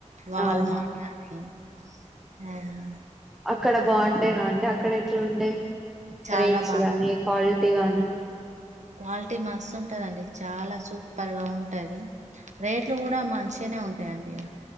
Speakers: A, on the right; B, in the centre.
A: వాల్
B: అవును
A: మార్ట్ అని ఉమ్
B: అక్కడ బావుండేనా అండి అక్కడ ఎట్లుండే
A: చాలా
B: రేట్స్ గాని క్వాల్టీ గాని
A: క్వాల్టీ మస్తు ఉంటదండి చాలా సూపర్ గా ఉంటది రేట్లు కూడా మంచినే ఉంటాయి యండి ఇగా